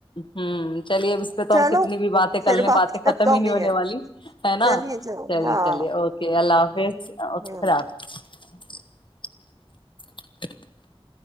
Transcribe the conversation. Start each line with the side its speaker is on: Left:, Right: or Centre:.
Left: ہ چلیے اب اس پہ تو
Right: چلو
Left: ہم کتنی بھی باتیں
Right: پھر
Left: کلنے
Right: بات
Left: باتیں ختم
Right: کم
Left: ہی نہیں ہونے
Right: ہے
Left: والی ہے
Right: چلیے
Left: نا
Right: چلو
Left: چلیے
Right: ہاں
Left: چلیے اوکے اللہ حافظ اوکے
Right: ہوں
Left: خدا حافظ <inaudible> <inaudible>